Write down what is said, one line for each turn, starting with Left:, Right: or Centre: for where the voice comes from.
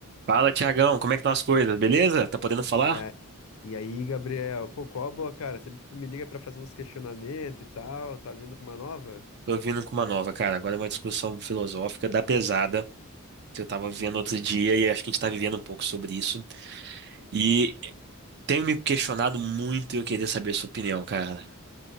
Right: Fala, Tiagão, como é que estão as coisas? Beleza? Tá podendo falar?
Left: E, a, e aí, Gabriel, pô, qual a boa, cara? Sempre que tu me liga pra fazer uns questionamentos e tal, tá vindo com uma nova?
Right: Tô vindo com uma nova, cara. Agora é uma discussão filosófica da pesada que eu tava vivendo
Left: Uhum.
Right: outro dia e acho que a gente tá vivendo um pouco sobre isso. E tenho me questionado muito e eu queria saber a sua opinião, cara.